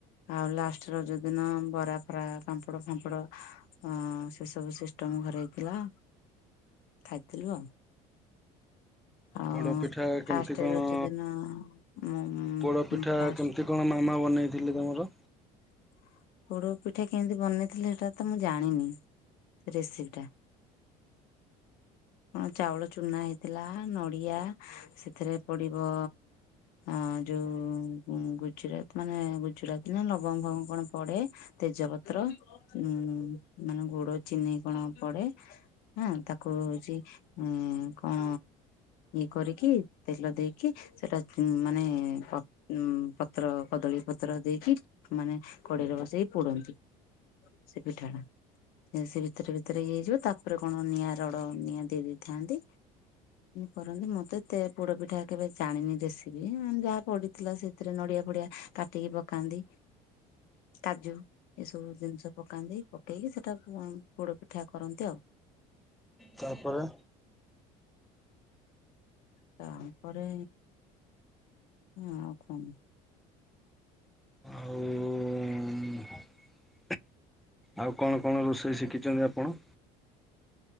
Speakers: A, on the left (about 70°); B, in the centre.
A: ଆଉ ଲାଷ୍ଟ ରଜ ଦିନ ବରା ଫରା ପାମ୍ପଡ ଫାମ୍ପଡ ହଁ ସେ ସବୁ ସିଷ୍ଟମ ଘରେ ହେଇଥିଲା। ଖାଇଥିଲୁ ଆଉ। ଆଉ
B: ବଡ ପେଟ ପିଠା
A: ଫାଷ୍ଟ
B: କେମତି କଣ
A: ରଜ ଦିନ ମୁଁ
B: ପୋଡ ପିଠା
A: ଫାଷ୍ଟ
B: କେମିତି କଣ ମାମା ବନେଇଥିଲେ ତମର।
A: <inaudible> ପୋଡ ପିଠା କେମିତି ବନେଇଥିଲେ ହେଟା ତ ମୁଁ ଜାଣିନି ସେ ରେସିପି ଟା। କଣ ଚାଉଳ ଚୁନା ହେଇଥିଲା। ନଡିଆ ସେଥିରେ ପଡିବ ଅଁ ଯୋଉ ଗୁଜୁରଟ ମାନେ ଗୁଜୁରାଟ ନା ନବମ ଫବଙ୍ଗ କଣ ପଡେ ତେଜପତ୍ର ଉଁ ମାନେ ଗୋଡ ଚିନି କଣ ପଡେ। ହଁ ତାକୁ ହଉଛି ଉ କଣ କରିକି ତେଲ ଦେଇକି ସେଟା ମାନେ ପ ପତ୍ର କଦଳୀ ପତ୍ର ପତ୍ର ଦେଇକି ମାନେ କଡେଇରେ ବସେଇକି ପୋଡନ୍ତି ସେ ପିଠା ଟା। ସେ ଭିତରେ ଭିତରେ ଇଏ ହେଇଯିବ। ତାପରେ କଣ ନିଆଁ ରଡ ନିଆଁ ଦେଇ ଦେଇଥାନ୍ତି। କରନ୍ତି ମୁଁ ତ ଏତେ ପୋଡ ପିଠା କେବେ ଜାଣିନି ରେସିପି। ଯାହା ପଡିଥିଲା ସେଥିରେ ନଡିଆ ପଡିଆ ପଡିଆ କାଟିକି ପକାନ୍ତି। କାଜୁ ଏସବୁ ଜିନିଷ ପକାନ୍ତି। ପକେଇକି ସେଟା ପୋଡ ପିଠା କରନ୍ତି ଆଉ।
B: ତାପରେ।
A: ତାପରେ ଆଉ କଣ।
B: ଆଉ ଆଉ କଣ କଣ ରୋଷେଇ ଶିଖିଛନ୍ତି ଆପଣ।